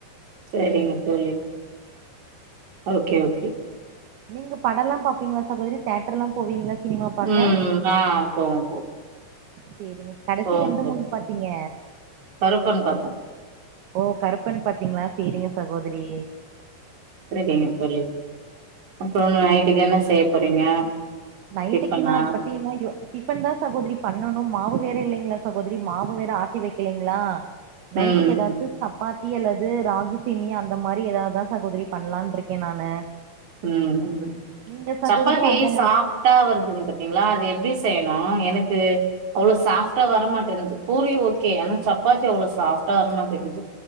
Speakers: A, on the right; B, on the right.
A: சரிங்க தோழி ஓகே ஓகே
B: நீங்க படல்லா பாப்பீங்களா சகோதரி தேட்டர்ல்லா போவீங்களா சினிமா பாக்க
A: ம் ஆ போவோம் போவோம்
B: செரிங்க கடசியா
A: போவோம்
B: எந்த
A: தோழி
B: மூவி பாத்திங்க
A: கருப்பன் பாத்தோம்
B: ஓ கருப்பன் பாத்திங்களா செரிங்க சகோதரி
A: செரிங்க தோழி அப்றோம் நைட்டுக்கு என்ன செய்ய போறீங்க
B: நைட்டிக்
A: டிஃபனா
B: இன்னு அத பத்தி இன்னு யோ டிஃபன் தா சகோதரி பண்ணணும் மாவு வேற இல்லங்களா சகோதரி மாவு வேற ஆட்டி வக்கலைங்ளா நைட்டிக்கி
A: ம்
B: ஏதாது சப்பாத்தி அல்லது ராகி சேமியா அந்த மாரி ஏதாதா சகோதரி பண்ணலான்ட்ருக்கே நானு
A: ம் ம்
B: நீங்க சகோதரி
A: சப்பாத்தி
B: அங்க
A: சாப்
B: நா
A: டா வருதுங் பாத்திங்ளா அது எப்டி செய்யனு எனக்கு அவ்ளோ சாஃப்டா வர மாட்டேன்து பூரி ஓகே ஆனா சப்பாத்தி அவ்ளோ சாஃப்டா வரமாட்டேங்குது